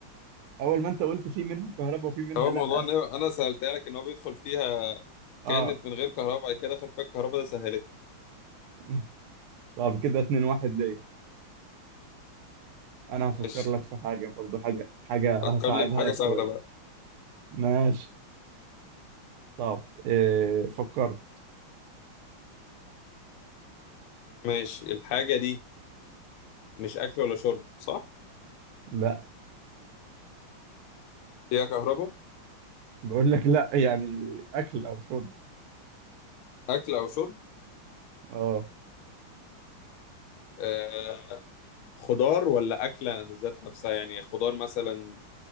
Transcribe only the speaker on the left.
هو
موضوع ان انا سالتها لك ان هو بيدخل فيها كانت
من غير كهرباء بعد كده دخل فيها الكهرباء ده سهلتها
ماشي
فكر لي بحاجه
سهله
بقى
ماشي الحاجه دي مش اكل ولا شرب صح
فيها كهرباء
اكل او شرب
آه خضار ولا اكله ذات نفسها يعني خضار مثلا